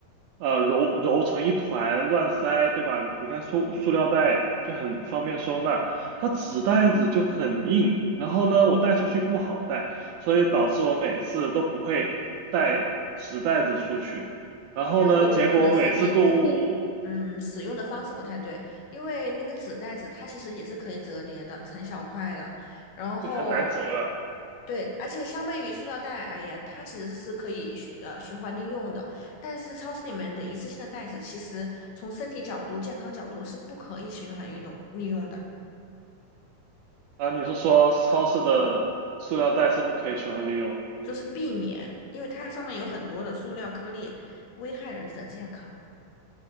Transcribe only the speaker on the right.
呃揉揉成一团乱塞，对吧？你看塑塑料袋就很方便收纳，它纸袋子就很硬，然后呢，我带出去不好带，所以导致我每次都不会带纸袋子出去，然后呢，
结果我每次购物
很难折。
啊，你是说超市的塑料袋是不可以循环利用